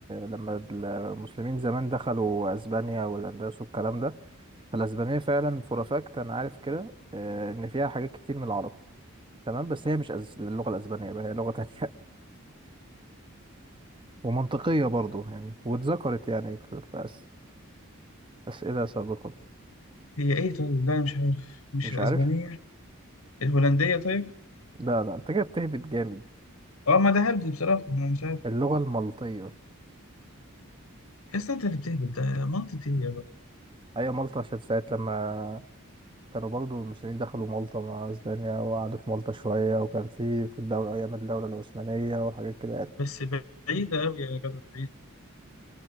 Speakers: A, on the right (about 25°); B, on the left (about 80°).
A: لما المسلمين زمان دخلوا اسبانيا والاندلس والكلام ده فالاسبانيه فعلا فور فاكت انا عارف كده آه، ان فيها حاجات كتير من العربي تمام بس هي مش أز... اللغه الاسبانيه بقى هي لغه تانية <laughs> ومنطقيه برضو يعني واتذكرت يعني في, في أس... اسئله سابقه
B: هي إيه طيب؟ لا أنا مش عارف مش
A: مش
B: الأسبانية
A: عارف
B: الهولندية طيب؟
A: لا لا انت كده بتهبط جامد
B: أه ما ده هبد بصراحة أنا مش عارف
A: اللغه المالطيه
B: أصل أنت اللي بتهبد ده منطقي يا بقى
A: هي مالطا عشان ساعة لما كانوا برضو المسلمين دخلوا مالطا مع اسبانيا وقعدوا في مالطا شوية وكان في في الدولة ايام الدولة العثمانية وحاجات كده يعني
B: بس بعيدة أوي يا جدع بعيدة